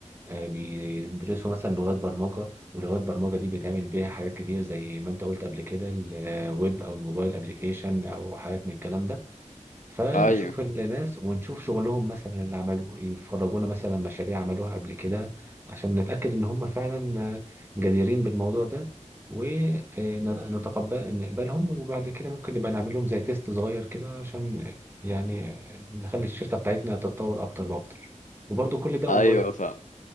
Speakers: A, on the right (about 20°); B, on the left (about 80°).
A: آه، بيدرسوا مثلا لغات برمجة ولغات برمجة دي بيتعمل بيها حاجات كتير زي ما انت قلت قبل كده الويب او الموبايل ابليكيشن او حاجات من الكلام ده فنشوف
B: ايوه
A: الناس ونشوف شغلهم مثلا اللي عملوه إيه، يفرجونا مثلا مشاريع عملوها قبل كده عشان نتأكد إن هم فعلا آه، جديرين بالموضوع ده ونتقبل نقبلهم وبعد كده ممكن نبقى نعمل لهم زي تيست صغير كده عشان يعني نخلي الشركة بتاعتنا تتطور أكتر وأكتر وبرضه كل ده أونلاين
B: ايوه فاهم